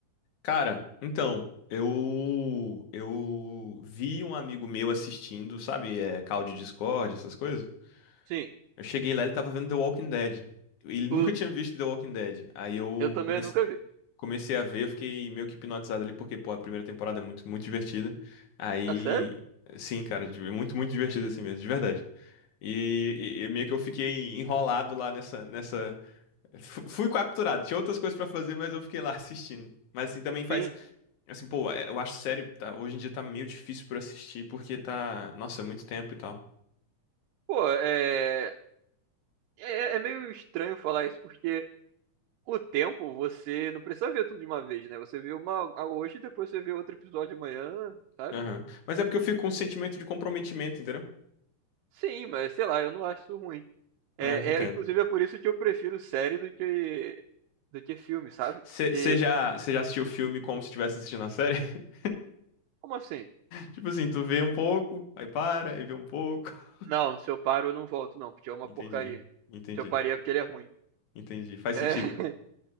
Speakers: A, on the left (about 70°); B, on the right (about 90°).
A: Cara, então, eu eu vi um amigo meu assistindo, sabe, é, call de Discord, essas coisas.
B: Sim,
A: Eu cheguei lá, ele tava vendo The Walking Dead. Ele nunca
B: o,
A: tinha visto The Walking Dead. Aí eu
B: eu também
A: comecei,
B: nunca vi.
A: comecei a ver, eu fiquei meio que hipnotizado ali, porque, pô, a primeira temporada é muito, muito divertida. Aí,
B: Ah sério?
A: sim, cara, é muito, muito divertido assim mesmo, de verdade. E, e- e meio que eu fiquei enrolado lá nessa, nessa. Fu- Fui capturado. Tinha outras coisas pra fazer, mas eu fiquei lá <laughs> assistindo. Mas assim também faz.
B: Sim.
A: Assim, pô, é, eu acho série. Tá, hoje em dia tá meio difícil pra assistir, porque tá. Nossa, é muito tempo e tal.
B: Pô, é, é, é meio estranho falar isso, porque o tempo você não precisa ver tudo de uma vez, né? Você vê uma hoje e depois você vê outro episódio amanhã, sabe?
A: Aham. Mas é porque eu fico com um sentimento de comprometimento, entendeu?
B: Sim, mas sei lá, eu não acho isso ruim. É,
A: É, entendo.
B: é, inclusive é por isso que eu prefiro série do que do que filme, sabe?
A: Você
B: Porque
A: já, cê já assistiu o filme como se estivesse assistindo a série? <laughs>
B: como assim?
A: Tipo assim, tu vê um pouco, aí para, aí vê um pouco. <laughs>
B: Não, se eu paro eu não volto não, porque é uma
A: Entendi,
B: porcaria.
A: entendi,
B: Se eu parei é porque ele é ruim.
A: entendi. Faz
B: É,
A: sentido.